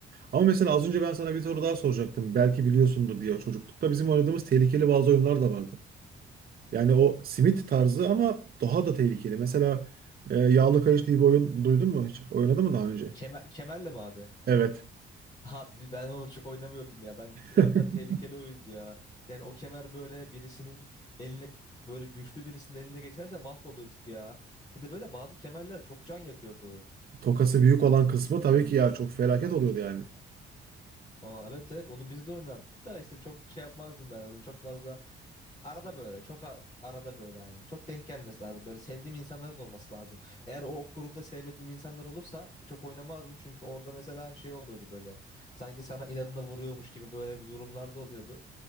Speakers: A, on the right; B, on the left.
A: Ama mesela az önce ben sana bir soru daha soracaktım. Belki biliyorsundur diye çocuklukta bizim oynadığımız tehlikeli bazı oyunlar da vardı. Yani o simit tarzı ama daha da tehlikeli. Mesela e, Yağlı Kayış diye bir oyun duydun mu hiç? Oynadın mı daha önce?
B: Kemer, kemerle mi abi?
A: Evet.
B: Abi biz- ben onu çok oynamıyordum ya. Ben oradan
A: <laughs>
B: tehlikeli oyundu ya. Yani o kemer böyle birisinin eline böyle güçlü birisinin eline geçerse mahvoluyorduk ya. Bir de böyle bazı kemerler çok can yakıyordu.
A: Tokası büyük olan kısmı tabii ki ya çok felaket oluyordu yani.
B: Aa, evet evet onu biz de oynardık da işte çok şey yapmazdım ben onu çok fazla arada böyle çok a- arada böyle yani çok denk gelmesi lazım böyle sevdiğim insanların olması lazım eğer o ok grupta sevmediğim insanlar olursa çok oynamazdım çünkü orada mesela şey oluyordu böyle sanki sana inadına vuruyormuş gibi böyle bir durumlar da oluyordu